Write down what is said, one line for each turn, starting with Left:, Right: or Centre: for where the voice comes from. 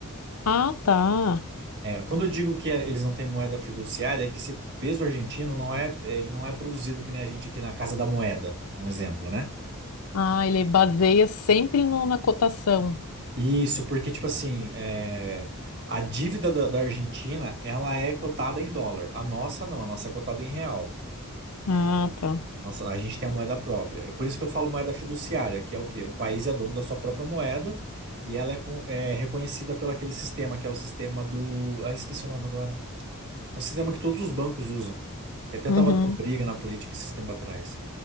Left: Ah, tá.
Right: É, quando eu digo que é, eles não têm moeda fiduciária, é que esse peso argentino não é, é, ele não é produzido que nem a gente aqui na Casa da Moeda, um exemplo, né?
Left: Ah, ele baseia sempre no- na cotação.
Right: Isso, porque, tipo assim, é, a dívida da, da Argentina, ela é cotada em dólar. A nossa não, a nossa é cotada em real.
Left: Ah, tá.
Right: A nossa, a gente tem a moeda própria. É por isso que eu falo moeda fiduciária, que é o quê? O país é dono da sua própria moeda e ela é, com- é reconhecida pelo aquele sistema, que é o sistema do... Ah, esqueci o nome agora. É um sistema que todos os bancos usam. Que até
Left: Uhum.
Right: estava dando briga na política esse tempo atrás.